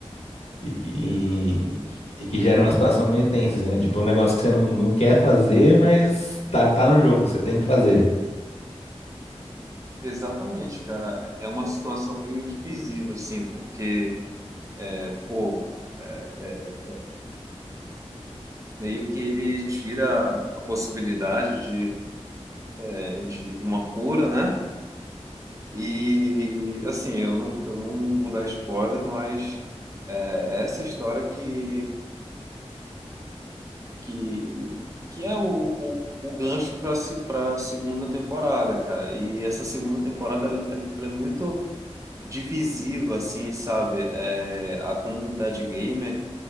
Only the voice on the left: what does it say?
E que, e,
e que gera uma situação meio tensa, assim, né? Tipo, um negócio que você não, não quer fazer, mas tá, tá no jogo, você tem que fazer.